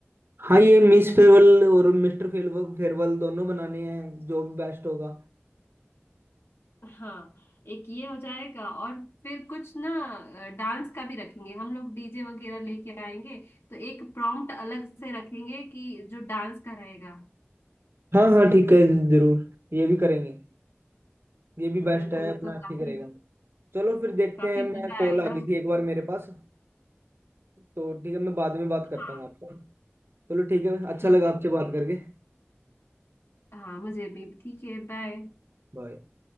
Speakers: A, on the right (about 65°); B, on the left (about 75°).
A: हाँ ये मिस फेयरवेल और मिस्टर फेयरवेल फेयरवेल दोनों बनाने हैं जो भी बेस्ट होगा
B: हाँ एक ये हो जाएगा और फिर कुछ ना डांस का भी रखेंगे हम लोग डीजे वगैरह लेके आएंगे तो एक प्रॉम्प्ट अलग से रखेंगे कि जो डांस का रहेगा
A: हाँ हाँ ठीक है जरूर ये भी करेंगे ये भी बेस्ट
B: बिल्कुल
A: है अपना
B: तो काफी
A: ठीक रहेगा चलो फिर देखते
B: काफी
A: हैं
B: मजा
A: मैं कॉल
B: आएगा
A: आ गई थी एक बार मेरे पास तो ठीक है मैं बाद में बात करता
B: हाँ
A: हूँ आपसे चलो ठीक है अच्छा
B: ठीक
A: लगा
B: है
A: आपसे बात करके
B: हाँ मुझे भी ठीक है बाय
A: बाय